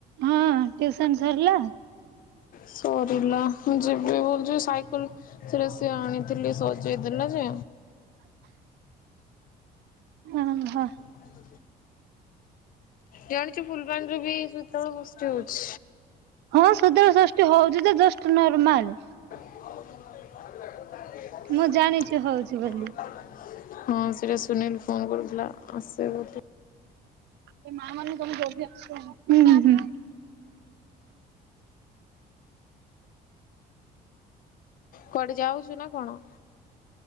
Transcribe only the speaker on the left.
ସରିଲା ମୁ ଯିବି ବଲଚି ସାଇକେଲ ରେ ସେ ଆଣିଥିଲି ସଜେଇ ଦେଲା ଯେ
<unintelligible> ଜାଣିଛୁ ଫୁଲବାଣୀରେ ବି ଶୀତଳ ଷଷ୍ଠୀ ହଉଛି।
<inaudible> ହଁ
ସେଟା ସୁନୀଲ ଫୋନ କରୁଥିଲା ଆସେ ବୋଲି।
କୁଆଡେ ଯାଉଚୁ ନା କଣ?